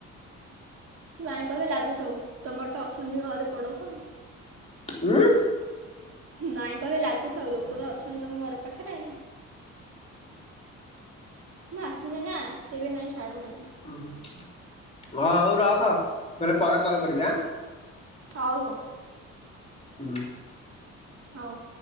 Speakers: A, on the right (about 50°); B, on the left (about 20°).
A: ସେ ମାଇ କ ଏବେ ଲାଗୁଥଉ ତମର ତ ଅଛନ୍ତି ଘରେ ପଡୋଶ
B: ହଁ
A: ନାଇଁ କହିବେ ଲାଗୁଥାଉ ଲୋକ ତ ଅଛନ୍ତି ତମ ଘର ପାଖରେ ମୁଁ ଆସିଲି ନା ସେବେ ମ ଛାଡୁନା
B: ଉ ହୁଁ ହ ହଉ ରଖ ରେ ପରେ କଲ କରିବି ଆ
A: ହଉ ହଉ
B: ହୁଁ
A: ହଉ